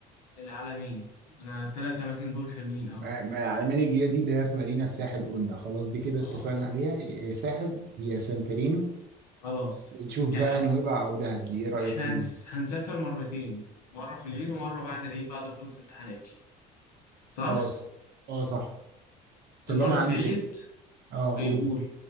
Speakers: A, on the left (about 85°); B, on the right (about 55°).
A: العلمين انا التلات اماكن دول حلوين قوي
B: ما- ما- يعني من الجيه دي اللي هي في مارينا الساحل قلنا خلاص دي كده
A: اه
B: اتفقنا عليها يا ساحل يا سانتارينو
A: خلاص
B: ونشوف
A: يعني
B: بقى نويبع او دهب دي ايه رايك
A: احنا
B: فيهم؟
A: هنس- هنسافر مرتين مره في العيد ومره بعد العيد بعد ما اخلص امتحاناتي صح
B: خلاص اه صح طب
A: المرة
B: انا عندي
A: في عيد
B: فكره اه
A: إيه،
B: قول
A: قول